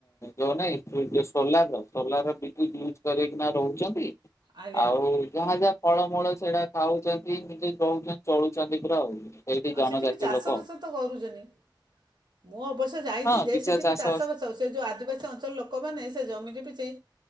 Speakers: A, on the left; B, on the right.
A: ଯୋଉ ନାଇଁ ଯୋଉ ସୋଲାର ସୋଲାର ବିଦ୍ୟୁତ ୟୁଜ କରକିନା ରହୁଛନ୍ତି।
B: ଆଜ୍ଞା
A: ଆଉ। ଯାହା ଯାହା ଫଳମୂଳ ସେଇଟା ଖାଉଛନ୍ତି ନିଜେ ଦଉଛନ୍ତି ଚଳୁଛନ୍ତି ପୁରା ଆଉ। ସେଇଠି
B: ହଁ
A: ଜନଜାତି
B: ସେଠି ବି ଚାଷବାସ
A: ଲୋକ।
B: ତ କରୁଛନ୍ତି ମୁ ଅବଶ୍ୟ ଯାଇଛି
A: ହଁ
B: ଯେ
A: କିଛିଟା
B: ସେଠିବି
A: ଚାଷ
B: ଚାଷବାସ।
A: ଅଛି
B: ସେ ଯୋଉ ଆଦିବାସୀ ଅଞ୍ଚଳ ଲୋକମାନେ ସେ ଜମି କି ବି ସେଇ।